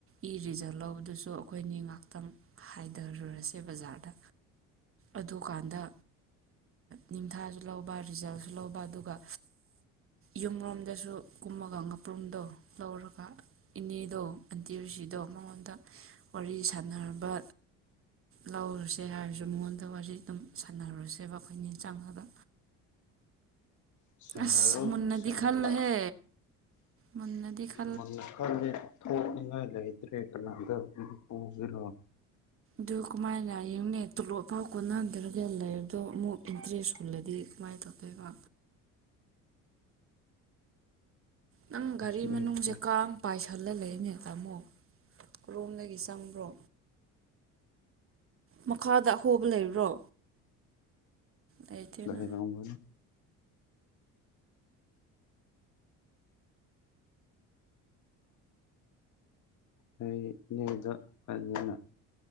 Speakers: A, on the right; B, on the left.
A: ꯏ ꯔꯤꯖꯕ ꯂꯧꯕꯗꯨꯁꯨ ꯑꯩꯈꯣꯏꯅꯤ ꯉꯥꯛꯇꯪ ꯍꯥꯏꯊꯔꯨꯔꯁꯦ ꯕꯖꯥꯔꯗ ꯑꯗꯨꯀꯥꯟꯗ ꯅꯤꯡꯊꯥꯁꯨ ꯂꯧꯕ ꯔꯤꯖꯜꯁꯨ ꯂꯧꯕ ꯑꯗꯨꯒ ꯌꯨꯝꯔꯣꯝꯗꯁꯨ ꯀꯨꯝꯃꯒ ꯉꯥꯄ꯭ꯔꯨꯝꯗꯣ ꯂꯧꯔꯒ ꯏꯅꯦꯗꯣ ꯑꯟꯇꯤꯔꯨꯁꯤꯗꯣ ꯃꯉꯣꯟꯗ ꯋꯥꯔꯤ ꯁꯥꯟꯅꯅꯕ ꯂꯧꯔꯁꯦ ꯍꯥꯏꯔꯁꯨ ꯃꯉꯣꯟꯗ ꯑꯗ ꯋꯥꯔꯤ ꯑꯗꯨꯝ ꯁꯥꯟꯅꯔꯨꯔꯁꯦꯕ ꯑꯩꯈꯣꯏ ꯃꯤꯟ ꯆꯥꯡꯉꯗ
B: ꯁꯥꯟꯅꯔꯣ
A: ꯑꯁ ꯃꯟꯅꯗꯤ
B: ꯁꯥꯟꯅꯔꯣ
A: ꯈꯜꯂꯣꯍꯦ ꯃꯟꯅꯗꯤ ꯈ
B: ꯃꯜꯦ ꯊꯉ ꯂꯩꯍꯤ ꯎꯠꯇꯔꯦ ꯀꯅꯗ ꯃꯅꯤꯄꯨꯔ ꯖꯤꯂꯥ
A: ꯗꯨ ꯀꯃꯥꯏꯅ ꯏꯅꯦ ꯇꯂꯣ ꯄꯥꯛ ꯀꯣꯟꯅꯥꯟꯗꯔꯒ ꯂꯩꯔꯗꯣ ꯑꯃꯨꯛ ꯏꯟꯇꯔꯦꯁ ꯍꯨꯜꯂꯗꯤ ꯀꯃꯥꯏꯅ ꯇꯧꯒꯦꯕ ꯅꯪ ꯒꯥꯔꯤ
B: ꯂꯩꯇ꯭ꯔꯦ
A: ꯃꯅꯨꯡꯁꯦ ꯀꯥꯡ ꯄꯥꯏꯁꯜꯂ ꯂꯩꯅꯦ ꯇꯥꯃꯣ ꯀꯣꯝꯗꯒꯤ ꯆꯪꯕ꯭ꯔꯣ ꯃꯈꯥꯗ ꯑꯍꯣꯕ ꯂꯩꯕ꯭ꯔꯣ ꯂꯩꯇꯦꯅ
B: ꯂꯩꯔꯕꯅꯤ ꯑꯩꯅꯦꯗ ꯐꯖꯅ